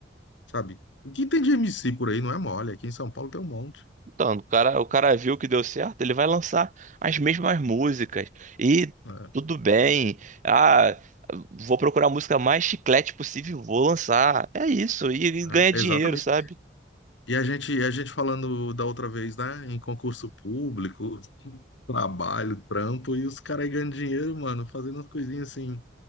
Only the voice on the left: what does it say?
sabe, o que tem de MC por aí não é mole, aqui em São Paulo tem um monte.
né?
É,
exatamente.
E a gente, a gente falando da outra vez, né? Em concurso público, trabalho, trampo, e os caras aí ganhando dinheiro, mano, fazendo umas coisinhas assim,